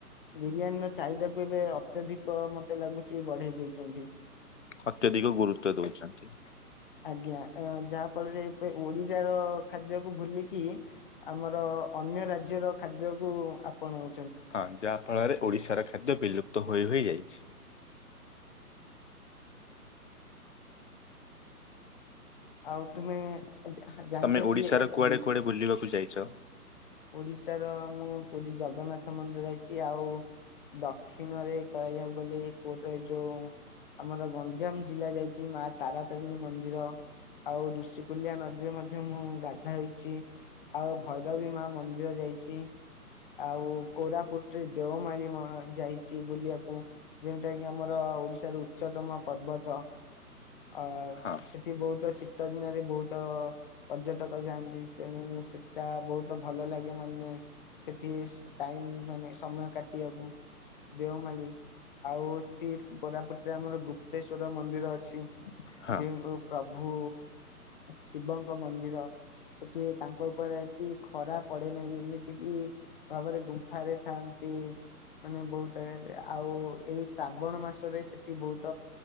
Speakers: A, on the left; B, on the left.
A: ବିରିୟାନୀର ଚାହିଦାକୁ ଏବେ ଅତ୍ୟଧିକ ମତେ ଲାଗୁଛି ବଢେଇ ଦେଇଛନ୍ତି।
B: ଅତ୍ୟଧିକ ଗୁରୁତ୍ୱ ଦଉଛନ୍ତି।
A: ଆଜ୍ଞା ଯାହା ଫଳରେ ଓଡିଯାର ଖାଦ୍ୟକୁ ଭୁଲିକି ଆମର ଅନ୍ୟ ରାଜ୍ୟର ଖାଦ୍ୟକୁୁ ଆପଣାଉ
B: ହଁ ଯାହା ଫଳରେ ଓଡିଶାର ଖାଦ୍ୟ ବିଲୁପ୍ତ ହୋଇ ହୋଇଯାଇଛି।
A: ଆଉ ତୁମେ ଜା-ଜାଣିଛ
B: ତମେ
A: କି
B: ଓଡିଶାର
A: <unintelligible>
B: କୁଆଡେ କୁଆଡେ ବୁଲିବାକୁ ଯାଇଛ?
A: ଓଡିଶାର ମୁଁ ପୁରୀ ଜଗନ୍ନାଥ ମନ୍ଦିର ଯାଇଛି ଆଉ ଦକ୍ଷିଣରେ କହିବାକୁ ଗଲେ କୋରିର ଏ ଯୋଉ ଆମର ଗଞ୍ଜାମ ଜିଲ୍ଲା ଯାଇଛି ମା ତାରାତାରିଣୀ ମନ୍ଦିର। ଆଉ ଋଷିକୁଲିଆ ନଦୀରେ ମଧ୍ୟ ମୁଁ ଗାଧାଇଚି ଆଉ ଭୈରବୀ ମା ମନ୍ଦିର ଯାଇଛି। ଆଉ କୋରାପୁଟରେ ଦେଓମାଳି ମ ଯାଇଛି ବୁଲିବାକୁ ଯେଉଟା କିି ଆମର ଓଡିଶାର ଉଚ୍ଚତମ ପର୍ବତ ଅ
B: ହଁ
A: ସେଠି ବହୁତ ତ ଶୀତ ଦିନରେ ବହୁତ ପର୍ଯ୍ୟଟକ ଯାଆନ୍ତି ତେଣୁ ସେଟା ବହୁତ ଭଲ ଲାଗେ ମତେ ମେ ସେଠି ଟାଇମ ମାନେ ସମୟ କାଟିବାକୁ ଦେଓମାଳି। ଆଉ ସେଠି କୋରାପୁଟ ରେ ଆମର ଗୁପ୍ତେଶ୍ଵର ମନ୍ଦିର ଅଛି
B: ହଁ
A: ଯ ପ୍ର ଭୁ ଶିବଙ୍କ ମନ୍ଦିର। ସେଠି ତାଙ୍କ ଉପରେ କି ଖରା ପଡେ ନାହିଁ ଏମିତିକି ଭାବରେ ଗୁମ୍ଫାରେ ଥାନ୍ତି। ମାନେ ବହୁତ ଆ ଆଉ ଏଇ ଶ୍ରାବଣ ମାସରେ ସେଠି ବହୁତ